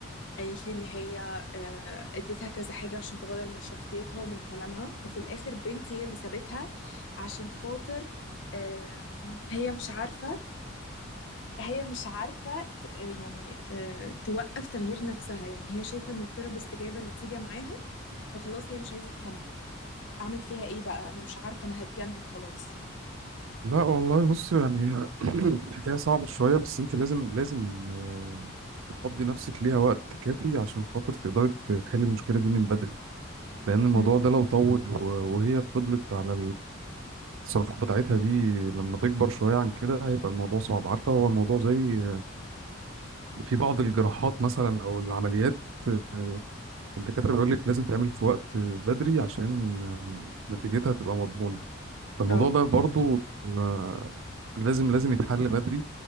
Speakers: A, on the left; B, on the right.
A: قالت لي ان هي آه، اديتها كذا حاجه عشان تغير من شخصيتها ومن كلامها وفي الاخر بنتي هي اللي سابتها عشان خاطر آم، هي مش عارفه هي مش عارفة ت- يعني آه، توقف تغيير نفسها يعني هي شايفة ان الثيرابيست جايبة نتيجة معاها فخلاص هي مش عايزة تكمل اعمل فيها ايه بقى انا مش عارفة انا هتجنن خلاص
B: لا والله بص يعني هي <clears throat> الحكاية صعبة شوية بس أنت لازم لازم آه، تفضي نفسك ليها وقت كافي عشان خاطر تقدري تحلي المشكلة دي من بدري لأن الموضوع
A: امم
B: ده لو طول و- وهي فضلت على الصرافة بتاعتها دي لما تكبر شوية عن كده هيبقى الموضوع صعب عارفة هو الموضوع زي في بعض الجراحات مثلا أو العمليات آه، الدكاترة بيقول لك لازم تعمل في وقت بدري عشان آه، نتيجتها تبقى مضمونة فالموضوع
A: اه
B: ده برضو آه، لازم لازم يتحل بدري